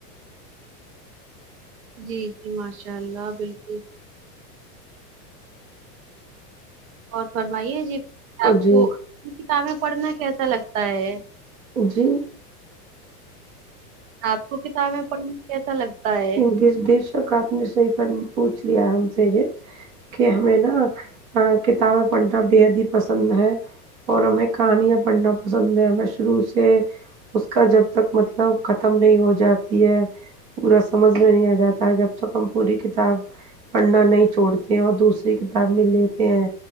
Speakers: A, on the right; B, on the right.
A: جی جی ماشاء اللہ بالکل اور فرمائیے جی آپ
B: جی
A: کو کتابیں پڑھنا کیسا لگتا ہے
B: جی
A: آپ کو کتابیں پڑھنے کیسا لگتا ہے
B: بیس بیس تو آپ نے صحیح فرمایا پوچھ لیا ہم سے یہ کہ ہمیں نا کتابیں پڑھنا بے حد ہی پسند ہے اور ہمیں کہانیاں پڑھنا پسند ہے ہمیں شروع سے اس کا جب تک مطلب ختم نہیں ہو جاتی ہے پورا سمجھ میں نہیں آجاتا ہے جب تک ہم پوری کتاب پڑھنا نہیں چھوڑتے ہیں اور دوسری کتاب میں لیتے ہیں